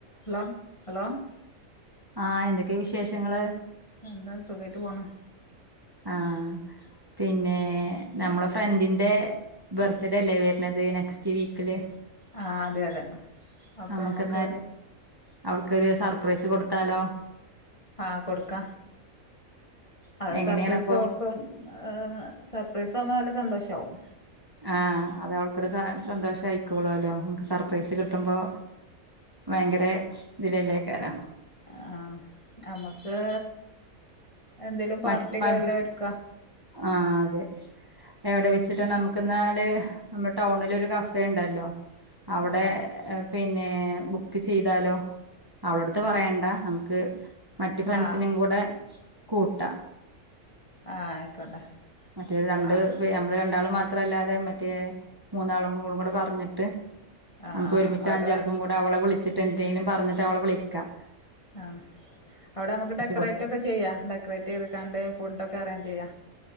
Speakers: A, on the left; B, on the right.
A: Hello hello
B: ആഹ് എന്തൊക്കെയ വിശേഷങ്ങള്
A: എന്താ സുഖമായിട്ട് പോണു
B: ആഹ് പിന്നെ നമ്മളെ ഫ്രണ്ടിന്റെ ബർത്ത്ഡേ അല്ലേ വരനത് നെക്സ്റ്റ് വീക്കില്
A: ആഹ് അതെ അതെ അപ്പം
B: നമുക്കെന്നാല്
A: നമുക്ക്
B: അവൾക്കൊരു സർപ്രൈസ് കൊടുത്താലോ
A: ആഹ് കൊടുക്കാം അ
B: എങ്ങനെയാണപ്പൊ
A: സർപ്രൈസ് അവൾക്കും ആഹ് സർപ്രൈസ ആകുമ്പോ നല്ല സന്തോഷമാവും
B: ആഹ്അതെ അവൾക്കൊരു സ സന്തോഷം ആയിക്കോളൂല്ലോ അവൾക്ക് സർപ്രൈസ് കിട്ടുമ്പോ ഭയങ്കര ഇതിലയിലേക്കാരോ
A: ആഹ് ഞമ്മക്ക് എന്തേലും പാർട്ടിയൊക്കെ
B: മറ്റ് മ
A: വല്ല ഒരുക്കാ
B: ആഹ് അതെ എവിടെ വെച്ചിട്ട് നമുക്ക്ന്നാല് നമ്മുടെ ടൗണില് ഒരു കഫേ ഉണ്ടല്ലോ അവിടെ
A: ആ
B: പിന്നെ ബുക്ക് ചെയ്താലോ അവള അടുത്ത് പറയണ്ട
A: ആ
B: നമുക്ക് മറ്റ് ഫ്രണ്ട്സിനും
A: ആ
B: കൂടെ കൂട്ട
A: ആ ആയിക്കോട്ടെ
B: മറ്റേത് രണ്ട്
A: ആ
B: നമ്മള് രണ്ടാളും മാത്രല്ലാതെ മറ്റേ മൂന്നാളും കൂടെ പറഞ്ഞിട്ട്
A: ആ
B: നമുക്ക്
A: ആ
B: ഒരുമിച്ച
A: അവിടെ
B: അഞ്ചാൾക്കും കൂടെ അവളെ വിളിച്ചിട്ട്ന്തേലും പറഞ്ഞിട്ട് അവളെ വിളിക്കാം
A: ആഹ് അവിടെ നമുക്ക് ഡെക്കറേറ്റ്
B: കൊടുക്കാം
A: ഒക്കെ ചെയ്യാം ഡെക്കറേറ്റ് ചെയ്ത് കണ്ട് ഫുഡ ഒക്കെ അറേഞ്ച് ചെയ്യാം